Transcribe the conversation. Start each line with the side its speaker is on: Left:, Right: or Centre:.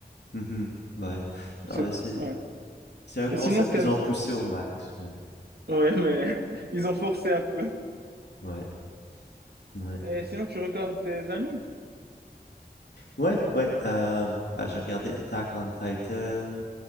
Left: Mhm. Ouais. Non,
Right: C'est-
Left: mais c'est
Right: ouais.
Left: c'est un concept
Right: Et sinon, t'aimes,
Left: qu'ils ont poussé
Right: euh,
Left: au max, mais
Right: ouais, mais <laughs> ils ont forcé un peu.
Left: ouais. Ouais.
Right: Et sinon, tu regardes des animes?
Left: Ouais, ouais. euh, ah, j'ai regardé Attack on Titan,